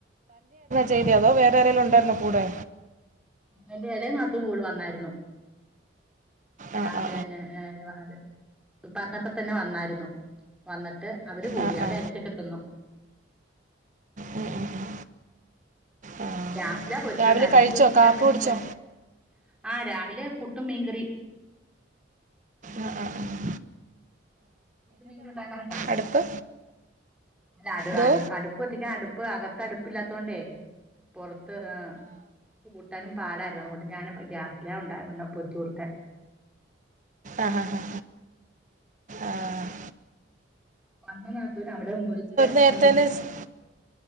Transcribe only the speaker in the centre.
എന്റെ ഇള്ളോനാത്തൂൻ കൂടെ വന്നായിരുന്നു
രാവിലെന്നേ
<unintelligible> പത്രാപ്പത്തന്നെ വന്നായിരുന്നു വന്നിട്ട് അവര്കുടി
അവര്
അറിഞ്ഞോക്കെ തന്നു
എല്ലാ പൊരിച്ചുട്ട്
അടുപ്പ്
<unintelligible>
ആഹ് രാവിലെ പുട്ടും മീൻകറി
പുട്ടും മീൻകറിയും ഉണ്ടാക്കാറുണ്ടോ
<unintelligible>
അടുപ്പ് കത്തി പ്പൊ അകത്ത് അടുപ്പില്ലാത്തോണ്ടേ പൊറത് ത്ത് ആ കൂട്ടാനും പാടാണ് അതുകൊണ്ട് ഞാന് ഗ്യാസിലാ ഉണ്ടായ കൊണ്ടാ പൊരിച്ച് കൊടുത്തേ
അന്ന് നാത്തൂനവടെ മുഴുത്തെ
മുഴുത്